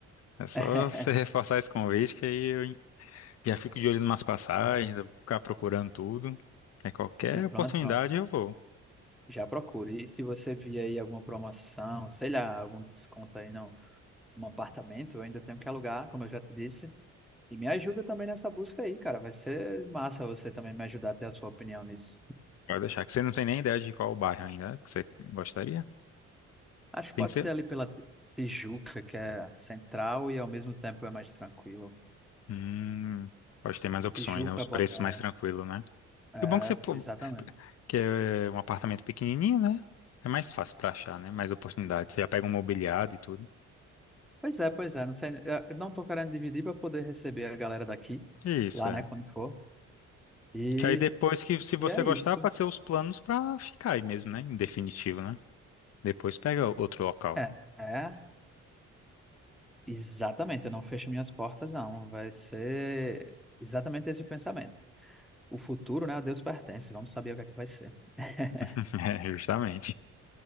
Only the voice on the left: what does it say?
É só
você <laughs> reforçar esse convite que aí eu en- já fico de olho em umas passagens, eu vou ficar procurando tudo. É qualquer
oportunidade
eu vou.
Pode deixar, que você não tem nem ideia de qual bairro ainda que você gostaria.
Tem
que ser.
Hum, pode ter mais opções,
né? Os
preços mais tranquilos, né?
E o bom que você
pô,
que é um apartamento pequenininho, né? É mais fácil pra achar, né? Mais oportunidades. Você já pega um mobiliado e tudo.
Isso,
é.
Que aí depois que, se você
gostar,
pode ser os planos pra ficar aí mesmo, né? Em definitivo, né? Depois pega outro local.
<laughs> É, justamente.